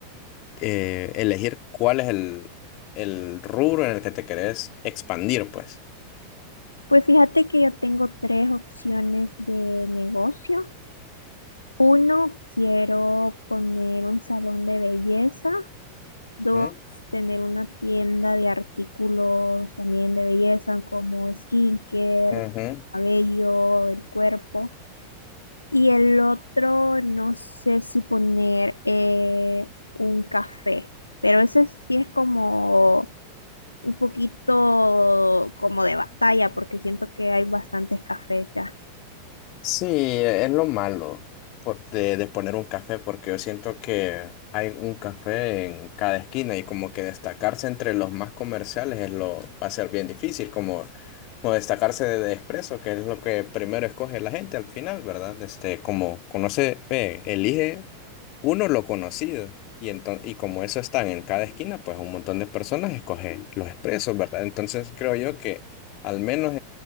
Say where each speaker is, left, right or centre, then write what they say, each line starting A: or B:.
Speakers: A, on the left; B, on the left.
A: eh, elegir cuál es el, el rubro en el que te querés expandir, pues.
B: Pues fíjate que yo tengo tres opciones de negocio. Uno, quiero poner un salón de belleza. Dos,
A: ¿Mm?
B: tener una tienda de artículos también de belleza como skincare,
A: Ujú.
B: cabello, el cuerpo. Y el otro, no sé si poner eh, un café, pero ese sí es como un poquito como de batalla porque siento que hay bastantes cafés ya.
A: Sí, es lo malo por- de, de poner un café, porque yo siento que hay un café en cada esquina y como que destacarse entre los más comerciales es lo, va a ser bien difícil, como, como destacarse de, de Espresso, que es lo que primero escoge la gente al final, ¿verdad? Este, como conoce, ve, elige uno lo conocido y, enton- y como eso están en cada esquina, pues un montón de personas escoge los Expresos, ¿verdad? Entonces creo yo que al menos